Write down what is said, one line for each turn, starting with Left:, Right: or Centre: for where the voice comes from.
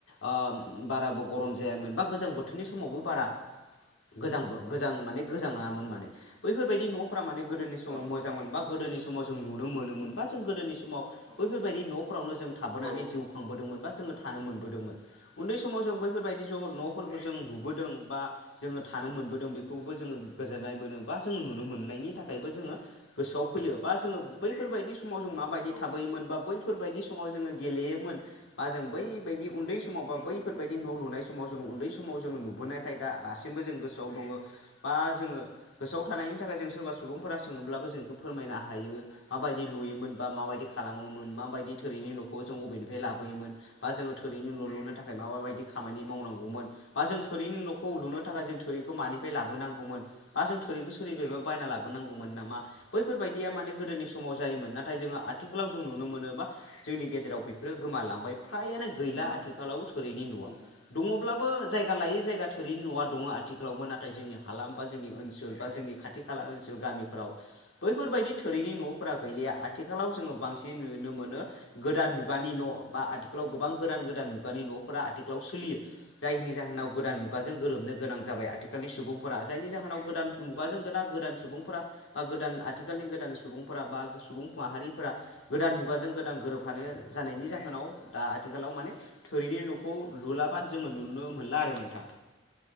Left: ओ बाराबो गरम जायामोन बा गोजां बोथोरनि समावबो बारा गोजांबो गोजां माने गोजाङामोन माने बैफोरबायदि न'फोरा माने गोदोनि समाव
Right: औ
Left: मोजां मोन बा गोदोनि समाव जों नुनो मोनोमोन बा जों गोदोनि समाव
Right: औ
Left: बैफोरबायदि
Right: औ औ
Left: न'फ्रावनो जों थाबोनानै
Right: औ
Left: जिउ खांबोदोंमोन बा जोङो थानो मोनबोदोंमोन उनदै समाव जों बैफोरबायदि ज' न' फोरखौ जों नुबोदों बा जोङो थानो मोनबोदों बेखौबो जोङो गोजोननाय बा जों नुनो मोननाय बिनि थाखायबो गोसोयाव फैयो बा जों बैफोर बादि सुबुं समाव जों माबायदि
Right: औ
Left: थाबोयोमोन बा बैफोरबायदि समाव जोङो गेलेयोमोन बा जों बैबायायदि उनदै समाव बा बैफोरबायदि न' लुनाय समाव जों उनदै समाव जोङो नुबोनायखाय दा दासिम जों गोसोआव दङ' बा जोङो गोसोआव थानायनि थाखाय जों सोरबा सुबुंफोरा सोङोब्लाबो जों बेखौ फोरमायनो हायो माबायदि लुयोमोन बा माबायदि खालामोमोन माबायदि थोरैनि न'खौ जों बबेनिफ्राय लाबोयोमोन बा जोङो थुरिनि न' लुनो थाखाय माबा बायदि खामानि मावनांगौमोन बा जों थोरिनि न'खौ लुनो थाखाय जों थोरिखौ मानिफ्राय लाबोनांगौमोन बा जों सोरखौ सोरबा बायना लाबोनांगौमोन नामा बैफोरबायाददिया माने गोदोनि समाव जायोमोन नाथाय जोङो आथिखालाव जों नुनो मोनोबा जोंनि गेजेराव बेफोरो गोमालांबाय फ्रायानो गैला
Right: गोमालांबाय
Left: आथिखालाव
Right: औ
Left: थोरैनि न'आ
Right: गैला
Left: दङ'ब्लाबो जाय जायगा लायै जायगा थोरिनि न'आ
Right: औ
Left: दङ आथिखालावबो नाथाय जोंनि हा बा जोंनि ओनसोल जोंनि खाथि खाला ओनसोल गामि बैफोरबायदि
Right: औ
Left: थोरैनि न'फोरा गैलिया। आथिखालाव जोङो बां नुनो मोनो गोदान मुगानि न' बा आथिखालाव गोबां
Right: औ
Left: गोदान गोदान मुगानि न' आथिखालाव सोलियो जायनि जाहोनाव
Right: औ
Left: गोदान मुगाजों गोरोबनो गोनां जाबाय आथिखालनि सुबुंफोरा। जायनि जाहोनाव गोदान मुगाजों गोदान गोदान सुबुंफोरा बा गोदान आथिखाल गोदान सुबुं बा सुबुं माहारिफोरा गोदान मुगाजों गोदान गोरोबफानो जानायनि जाहोनाव दा आथिखालाव माने थोरिनि न'खौ लुलाबा जोङो नुनो मोनला आरो नोंथां।